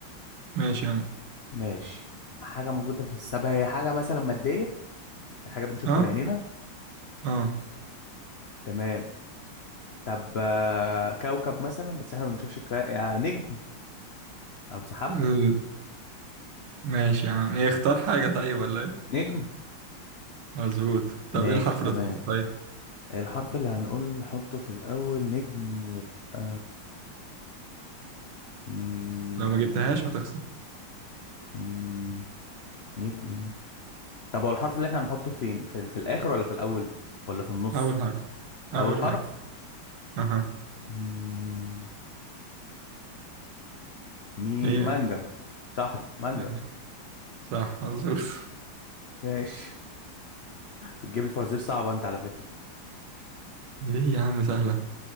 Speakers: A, on the right (about 75°); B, on the left (about 80°).
A: ماشي يا عم
B: ماشي حاجة موجودة في السماء هي حاجة مثلا مادية يعني حاجة بنشوفها
A: أه
B: بعينينا
A: أه
B: تمام طب آه، كوكب مثلا بس احنا ما بنشوفش الكو... يعني نجم أو سحابة
A: ال- ماشي يا عم إيه، اختار حاجة طيب ولا إيه
B: نجم
A: مظبوط طب
B: ماشي
A: ايه الحرف
B: تمام
A: اللي طلعته طيب
B: الحرف اللي هنقول نحطه في الأول نجم يبقى مم...
A: لو ما جبتهاش هتخسر
B: مم... نجم طب هو الحرف اللي احنا هنحطه فين في, في الآخر ولا في الأول ولا في النص
A: اول حرف
B: في
A: اول
B: أول حرف
A: حاجه اها
B: مم... ميم
A: ايه
B: منجم صح منجم
A: إيه. صح مظبوط <laughs>
B: ماشي بتجيب لي فوازير صعبة أنت على فكرة
A: ليه يا عم سهله